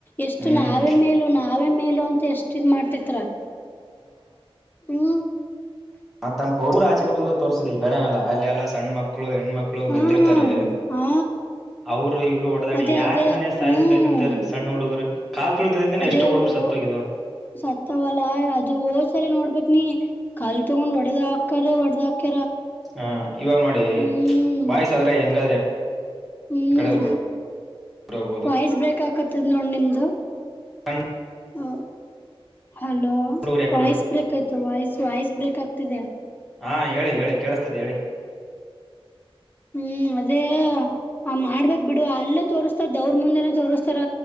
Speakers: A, on the left (about 20°); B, in the centre.
A: ಎಷ್ಟು
B: ಹ್ಮ್
A: ನಾವೇ ಮೇಲು ನಾವೇ ಮೇಲು ಅಂತ ಎಷ್ಟ ಇದ್ ಮಾಡ್ತಿತ್ತರ ಈ
B: ಮ ತಮ್ಮ ಪರು ಆಚೆ ಕುಗ ತೋರ್ಸಲಿ ಬೆಳನಲ್ಲ ಅಲ್ಲಿ ಎಲ್ಲಾ ಸಣ್ಣ ಮಕ್ಳು ಹೆಣ್ಮಕ್ಳು
A: ಹ್ಮ್
B: ಬಂದಿರ್ತಾರೆ
A: ಹಾ
B: ಅವರು ಇವ್ರು ಓಡದಾಡಿ
A: ಅದೇ
B: ಯಾರ್
A: ಅದೇ
B: ಮನ ಸಾಯಸ್ಬೇಕಂತ್ರ
A: ಹ್ಮ್
B: ಸಣ್ಣ ಹುಡುಗರು ಕಾಲ್ ತುಳಿತದಿಂದನೇ
A: ಅದೇ
B: ಎಷ್ಟೋ ಹುಡುಗರು
A: ಓ
B: ಸತ್ತೋಗಿದಾವ
A: ಸತ್ತವಲ್ಲ ಅದು ಹೋಸರಿ ನೋಡ್ಬೇಕ ನೀ ಕಾಲ್ ತೊಗೊಂಡ್ ಒಡೆದ ಹಾಕರೆ ಒಡೆದಾಕ
B: ಹ ಇವಾಗ ನೋಡಿ
A: ಹ್ಮ್
B: ಬಾಯ್ಸ್ ಆದ್ರೆ ಹೆಂಗಾದ್ರೆ
A: ಹ್ಮ್
B: ಕಡೆ ಹೋಗ್ಬೋದು
A: ವಾಯ್ಸ್ ಬ್ರೇಕ್ ಆಕತದ ನೋಡ್ ನಿಮ್ದು
B: ಹ
A: ಹ ಹಲೋ
B: ಹುಡುಗರು ಯಾಕಡೆ
A: ವಾಯ್ಸ್ ಬ್ರೇಕ್ ಆಯ್ತು ವಾಯ್ಸ್ ವಾಯ್ಸ್ ಬ್ರೇಕ್ ಆಗ್ತ <unintelligible>
B: ಹಾ ಹೇಳಿ ಹೇಳಿ ಕೇಳಸ್ತೇತಿ ಹೇಳಿ
A: ಹ್ಮ್ ಅದೇ ಆ ಮಾಡ್ಬೇಕೇಕ್ ಬಿಡು ಅಲ್ಲೇ ತೋರಿಸತಾರ ದವ್ರ ಮುಂದೆನ ತೋರ್ಸ್ತ ತರ